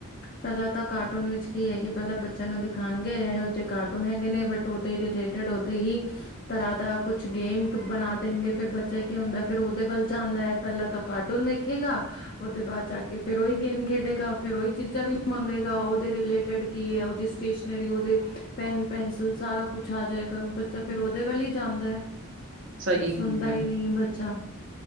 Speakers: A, on the left; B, on the right.
A: ਪਹਿਲਾਂ ਤਾਂ ਕਾਰਟੂਨ ਵਿੱਚ ਕੀ ਹੈਗੀ। ਪਹਿਲਾਂ ਬੱਚਿਆਂ ਨੂੰ ਦਿਖਾਉਣਗੇ ਇਹ ਜਿ ਕਾਰਟੂਨ ਹੈਗੇ ਨੇ। ਬਟ, ਉਹਦੇ ਹੀ ਰਿਲੇਟਡ ਉਹਦੇ ਹੀ ਤਰ੍ਹਾਂ ਦਾ ਕੁਛ ਗੇਮ ਬਣਾ ਦੇਣਗੇ। ਫਿਰ ਬੱਚਾ ਕੀ ਹੁੰਦਾ ਫੇਰ ਉਹਦੇ ਵੱਲ ਜਾਂਦਾ ਹੈ। ਪਹਿਲਾਂ ਤਾਂ ਉਹ ਕਾਰਟੂਨ ਵੇਖੇਗਾ। ਉਹਦੇ ਬਾਅਦ ਚ ਫੋਨ ਚੱਕੂਗਾ। ਫੇਰ ਉਹੀ ਗੇਮ ਖੇਡੇ ਗਾ। ਫੇਰ ਉਹੀ ਚੀਜ਼ਾਂ ਵੀ ਮੰਗੇਗਾ। ਉਹਦੇ ਰਿਲੇਟਿਡ ਕੀ ਹੈ। ਉਹਦੀ ਸਟੇਸ਼ਨਰੀ ਉਹਦੇ ਪੈਨ, ਪੈਨਸਿਲ ਸਾਰਾ ਕੁਛ ਆ ਜਾਏਗਾ। ਬੱਚਾ ਫੇਿਰ ਉਹਦੇ ਵੱਲ ਹੀ ਜਾਂਦਾ ਹੈ।
B: ਸਹੀ ਹੀ
A: ਸੁਣਦਾ
B: ਹੁੰਦਾ।
A: ਨਹੀਂ ਹੈ ਬੱਚਾ